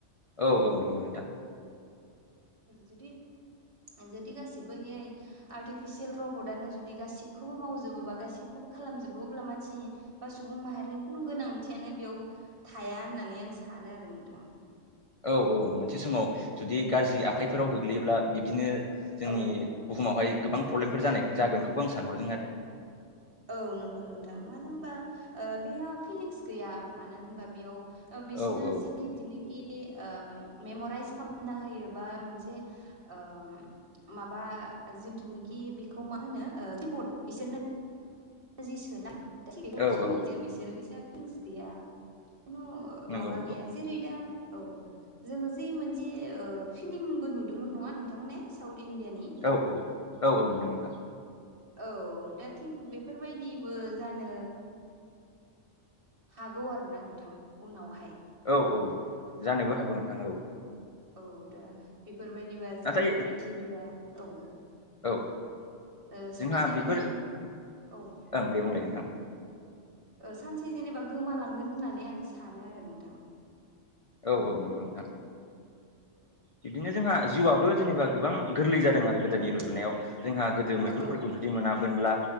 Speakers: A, on the left; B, on the right.
A: औ औ नंगौ नोंथां
B: जुदि जुदि गासिबो ए आइ आर्टिफिसियेल रबटआनो जुदि गासिबखौबो मावजोबोबा गासिबखौबो खालामजोबो अब्ला मानसिनि बा सुबुं माहारिनि खुनु गोनांथियानो बेयाव थाया होननानै आं सानो आरो नोंथां
A: औ औ मोनसे समाव जुदि गाज्रि आखाइफोराव
B: औ
A: गोग्लैयोब्ला बिब्दिनो जोंनि
B: औ
A: बुहुमावहाय गोबां प्रब्लेमफोर जानाय जागोनखौबो आं सानहरदों आरो
B: औ नंगौ नोंथां मानो होनबा ओ बेहा फिलिंस गैया मानो होनबा बेयाव ओ
A: औ
B: बिसोरनो जि दिनोखि ओ मेमराइस खालामना होयो बा मोनसे ओ माबा जिथुनिखि बेखौ मा होनो किबर्ड बिसोरनो जि सोना बेखौल'सो
A: औ
B: मिथियो
A: औ
B: बिसोरो इसा फिंस गैया खुनु
A: नंगौ
B: माबा
A: नंगौ
B: गैया जेरै दा औ जोङो जे मोनसे फिलिमबो नुदोंमोन नङा नोंथां ने साउथ इण्डियानि
A: औ औ औ औ मोनदों नोंथां
B: औ दा थिग बेफोरबायदिबो जानो हागौ आरो ना नोंथां उनावहाय
A: औ औ जानोबो हागौ नोंथां औ
B: औ दा बेफोरबायदिबा जोंनि
A: नाथाय
B: प्रिथिबिया औ ओ
A: औ
B: सानसे
A: जोंहा बेफोर
B: माने औ
A: ओं दे बुंलाय नोंथां
B: ओ सानसे जेनेबा गोमालांगोन होननानै आं सानो आरो नोंथां
A: औ औ नंगौ नोंथां
B: औ
A: बिदिनो जोंहा जिउआबो जेनेबा गोबां गोरलै जादों आरो गोदोनि रुजुनायाव जोंहा गोदो मैहुरफोरखौ
B: औ
A: जुदि मोनामोनब्ला